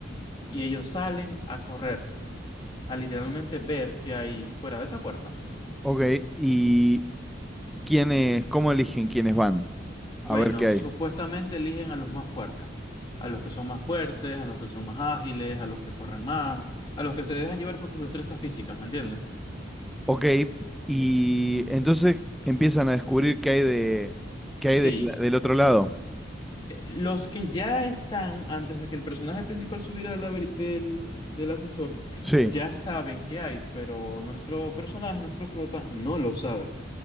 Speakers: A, on the left; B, in the centre.
A: y ellos salen a correr a literalmente ver qué hay fuera de esa puerta.
B: ok. ¿Y quiénes, cómo eligen quiénes van?
A: Bueno,
B: A ver qué hay.
A: supuestamente eligen a los más fuertes, a los que son más fuertes, a los que son más ágiles, a los que corren más, a los que se dejan llevar por sus destrezas físicas, ¿me entiendes?
B: Ok, y entonces empiezan a descubrir qué hay de, qué hay
A: Sí,
B: del, del otro lado.
A: eh, los que ya están, antes de que el personaje principal subiera del, laberi- del, del ascensor,
B: Sí.
A: ya saben qué hay, pero nuestro personaje, nuestro prota, no lo sabe.